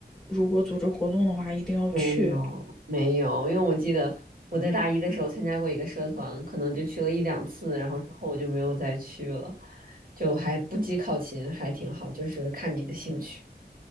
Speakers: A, in the centre; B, on the right.
A: 如果组织活动的话，一定要去。
B: 没有没有，因为我记得我在大一的时候参加过一个社团，可能就去了一两次，然后之后我就没有再去了，就还不计考勤，还挺好，就是看你的兴趣，